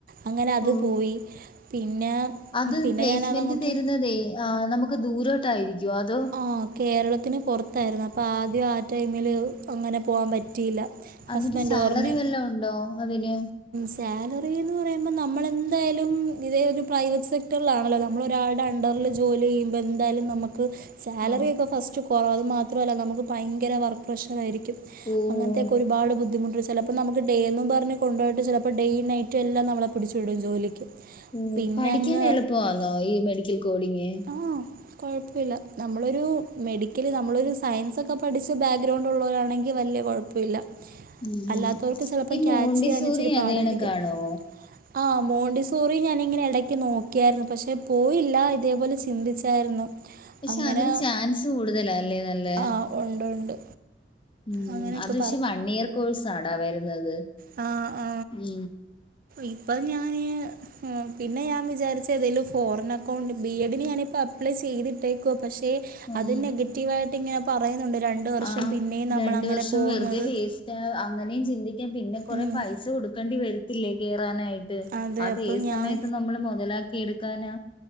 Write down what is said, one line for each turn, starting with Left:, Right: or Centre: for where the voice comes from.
Right: അങ്ങനെ അത്
Left: ഓഹ്
Right: പോയി പിന്നെ
Left: അത്
Right: പിന്നെ
Left: പ്ലേസ്മെന്റ്
Right: ഞാനതങ്ങോട്ട്
Left: തരുന്നതേ ആ നമുക്ക് ദൂരോട്ടായിരിക്കോ അതോ
Right: ആ കേരളത്തിന് പുറത്തായിരുന്നു അപ്പോം ആദ്യം ആ ടൈമിൽ അങ്ങനെ പോകൻ പറ്റിയില്ല
Left: അതിട്ട്
Right: ഹസ്ബൻഡ്
Left: സാലറി
Right: പറഞ്ഞു
Left: വല്ല ഉണ്ടോ അതിന്
Right: സാലറി എന്ന് പറയുമ്പോൾ നമ്മൾെന്തായാലും ഇതേ ഒരു പ്രൈവറ്റ് സെക്ടറിലാണല്ലോ നമ്മൾ ഒരാളുടെ ഉണ്ടോ ജോലി ചെയ്യുമ്പോ എന്തായാലും നമുക്ക് സാലറി
Left: ആഹ്
Right: ഒക്കെ ഫസ്റ്റ് കുറവ അത് മാത്രല്ല നമുക്ക് ഭയങ്കര വർക്ക് പ്രഷർ ആയിരിക്കും
Left: ഓഹ്
Right: അങ്ങനത്തെൊക്കെ ഒരുപാട് ബുദ്ധിമുട്ട് ചിലപ്പോൾ നമുക്ക് ഡേ എന്നന്ന് പറഞ് കൊണ്ടു പോയിട്ട് ചിലപ്പോൾ ഡെയ നൈറ്റ് എല്ലാം നമ്മളെ പിടിച്ചു വിടും ജോലിക്ക്
Left: ഓഹ്
Right: പിന്നെ
Left: പഠിക്കാൻ
Right: അങ്ങ്
Left: <unintelligible> ഈ മെഡിക്കൽ കോഡിങ്
Right: ആ കുഴപ്പമില്ല നമ്മളൊരു മെഡിക്കല് നമ്മളൊരു സയൻസൊക്കെ പഠിച്ച് ബാക്ക്ഗ്രൗണ്ട്ള്ളവരാണെങ്കിൽ വലിയ കുഴപ് ഇല്ല ല്ല
Left: ഉം
Right: അല്ലാത്തവർക്ക് ചിലപ്പോം
Left: ഈ
Right: ക്യാച്ച്
Left: മോണ്ടിസോറി
Right: ചെയ്യാൻച്ചിരി പാടായിരിക്കും
Left: അതേ കണക്കാണോ
Right: ആഹ മോണ്ടിസോറി ഞാനിങ്ങനെ ഇടയ്ക്ക് നോക്കിയായിരുന്നു പക്ഷെ പോയില് അതേപോലെ ചിന്തിച്ചായിരുന്നു
Left: പക്ഷെ
Right: അങ്ങനെ
Left: അതിന് ചാൻസ് കൂടുതലാല്ലേ നല്ല
Right: ആഹ് ഉണ്ട് ഉണ്ട്
Left: മ്
Right: അങ്ങനെയൊക്കെ
Left: അത് പക്ഷെ വൺ ഇയർ കോഴ്സ്ടാ വരുന്നത്
Right: ആ ആ
Left: മ്
Right: ഇപ്പൊ ഞാന് പിന്നെ ഞാൻ വിചാരിച്ച ഏതേലും ഫോറിൻ അക്കൗണ്ട് ബി എഡിന് ഞാനിപ്പോ അപ്ലൈ ചെയ്തിട്ടേക്കുവ പക്ഷെ
Left: ഉം
Right: അത് നെഗറ്റീവ ആയിട്ട് ഇങ്ങനെ പറയുന്നുണ്ട് രണ്ട വർഷം
Left: ആഹ്
Right: പിന്നെയും നമ്മൾ
Left: രണ്ട്
Right: അങ്ങനെ
Left: വർഷം
Right: പോകുന്നത്
Left: വെറുതെ വേസ്റ്റ് അങ്ങനെയും ചിന്തിക്കൻ പിന്നെ കൊറെേ
Right: ഉം
Left: പൈസ കൊടുക്കേണ്ടി വരത്തില്ലേ കേറാനായിട്ട്
Right: അതെ
Left: അത്
Right: അപ്പം
Left: ഏ സമയത്ത്
Right: ഞാൻ
Left: നമ്മള് മുതലാക്കി എടുക്കാനാ